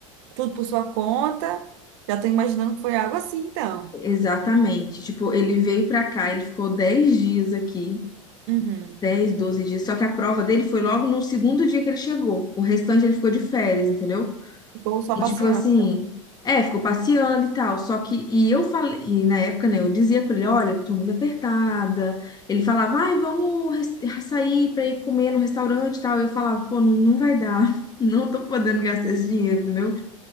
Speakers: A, on the right (about 60°); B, on the left (about 25°).
A: tudo por sua conta. Já tô imaginando que foi algo assim, então.
B: Exatamente. Tipo, ele veio pra cá, ele ficou 10 dias aqui.
A: Uhum.
B: dez 12 dias. Só que a prova dele foi logo no segundo dia que ele chegou. O restante ele ficou de férias, entendeu?
A: Ficou só
B: E
A: passeando.
B: tipo assim, é, ficou passeando e tal. Só que, e eu falei, e na época, né, eu dizia pra ele, olha, tô muito apertada. Ele falava, ai, vamos res- sair pra ir comer no restaurante e tal. Eu falava, pô, não, não vai dar. <laughs> Não tô podendo gastar esse dinheiro, entendeu?